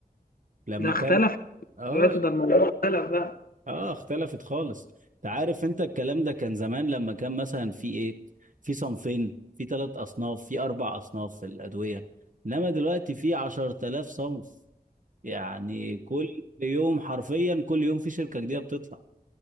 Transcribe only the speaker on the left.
ده
اختلف
دلوقتي
ده الموضوع اختلف بقى